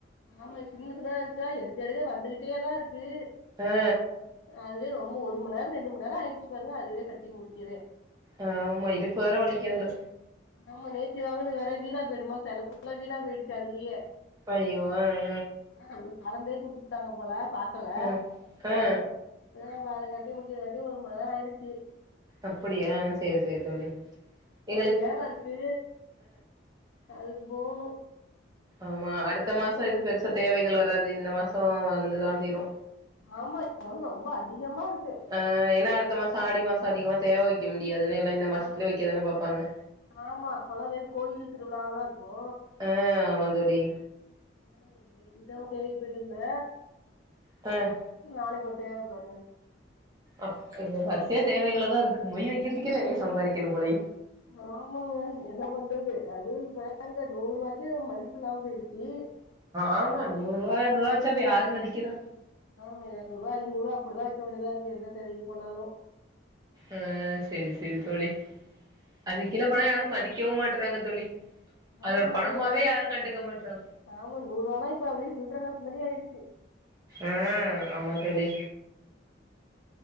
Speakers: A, on the left; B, on the right.
A: ஆமா சின்ன சின்னதா இருஞ்ச்சா எடுக்க எடுக்க வந்துகிட்டேதா இருக்கு
B: ஆ
A: அதுவே ரொம்ப ஒரு மணிநேரோ ரெண்டு மணி நேரோ ஆயிடிச்சி பாருங்க அதுவே கட்டி முடிக்கவே
B: ம் ஆமா இடுப்ப வேற வலிக்கு இதுல
A: ஆமா நேத்தி வாங்கினது வேற வீணா போயிடுமா தெர்ல சிலப் பூலா வீணா போயிடுச்சு அதுலயே
B: ஐயோ அ அ
A: மேடம் கலந்தே குடுத்துபுட்டாங்க போல பாக்கல
B: ஆ ஆ
A: ஆ அப்ப அத கட்டி முடிக்கவே ஒரு மணி நேரோ ஆயிடுச்சி
B: அப்டியா சேரி சேரி தோழி எங்களுக்
A: தேவ இருக்கு அதுக்கு போவுனு
B: ஆமா அடுத்த மாசோ எது பெருசா தேவைகள் வராது இந்த மாசோ வந்துதா தீரு
A: ஆமா ரொம்ப அதிகமா இருக்கு
B: ஆ ஏனா அடுத்த மாசோ ஆடி மாசம் அதிகமா தேவை வைக்க முடியாதுன்னு எல்லா இந்த மாசத்துலேயே
A: ஆ
B: வைக்கதான பாப்பாங்க
A: ஆமா அப்பல்லா வெறு கோயில் திருவிழாவாதா இருக்கு
B: ஆ ஆமாந் தோழி
A: ஆ நேத்திதா ஒரு தேவைக்கு போயிட்டு வந்த
B: அ
A: நாளைக்கு ஒரு தேவ பாருங்க
B: அக் இது வரிசையா தேவைகளாதா இருக்கு மொய் வைக்கிறதுக்கே தனியா சம்பாதிக்கணு போலயே
A: ஆமாங்க என்ன பண்றது அதுவும் இப்ப ஏங்க நூறுபாய்க்கு மதிப்பில்லாம போய்டுச்சு
B: ஆமா நூறுவா எறனூருவா வச்சா இப்ப யாரு மதிக்கிறா
A: ஆமா எரனூறுவா ஐநூறுவா அப்டிதா வக்க வேண்டியதா இருக்கு எந்த தேவைக்கு போனாலு
B: ஆ சரி சரி தோழி அதுகில போனா யாரு மதிக்கவு மாட்றாங்க தோழி அது
A: ஆமாங்க
B: ஒரு பணமாவே யாரு கண்டுக்க மாட்றாங்க
A: ஆமா நூறுவால்லா இப்ப அப்டியே சில்ற காசு மாரி ஆய்ருச்சி
B: ஆ ஆமா தோழி
A: ம்